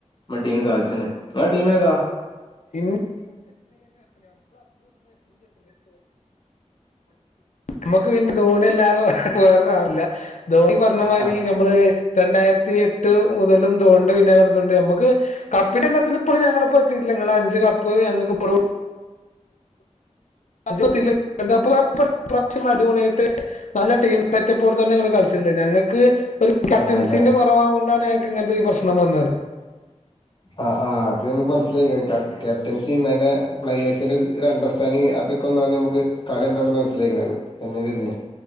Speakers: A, on the left; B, on the left.
A: മ ടീമന് സാധിച്ച്ന് ങ്ങളെ ടീമേതാ
B: <unintelligible> നമ്മക്ക് പിന്നെ ധോണില്ലാതെ വേറൊരാളില്ല ധോണി പറഞ്ഞ മാതിരി
A: ആഹ്
B: മ്മള് രണ്ടായിരത്തി ത്തിയെട്ട് മുതലും ദോണ്ട് പിന്നെങ്ങടന്നോണ്ട് നമ്മക്ക് കപ്പിന്റെ എണ്ണത്തില് ഇപ്പഴും ഞങ്ങടൊപ്പോത്തിട്ടില്ല ങ്ങളെ അഞ്ച് ക ഇപ്പോ ഞങ്ങക്ക് പറോ <unintelligible> വർഷങ്ങള് അടിപൊളിയായിട്ട് നല്ല ടീം സെറ്റപ്പോടെ തന്നെ നിങ്ങള് കളിച്ചിട്ടുണ്ട് ഞങ്ങ ക്ക് ഒരു ക്യാപ്റ്റൻസീന്റെ
A: ആഹ് അതെ
B: കുറവാകൊണ്ടന്നെ ക്ക് ഇങ്ങനത്തെ ഈ പ്രശ്നം വന്നത്
A: ആ ആ അത് നമുക്ക് മനസ്സിലായിക്കണ് ക്യാപ്റ്റൻസി മന്നെ പ്ലെയേഴ്സിന്റെ ഒരു അണ്ടർസ്റ്റാൻഡിങ് അതൊക്കെ ഒന്നാദ്യം നമുക്ക് കളി കണ്ടപ്പോ മനസിലായീക്കണത് ഒരു ചെന്നൈ രീതി